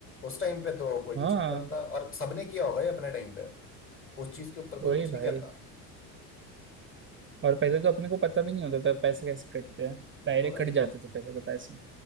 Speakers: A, on the left; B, on the right.
A: उस टाइम पे तो कोई
B: हाँ
A: कुछ नहीं कहता था और सबने किया होगा ये अपने टाइम पे उस चीज के ऊपर कोई
B: वही
A: कुछ नहीं
B: भाई
A: कहता
B: और पहले तो अपने को पता भी नहीं होता था पैसे कैसे कटते हैं डायरेक्ट
A: तो भाई
B: कट जाते थे पहले तो पैसे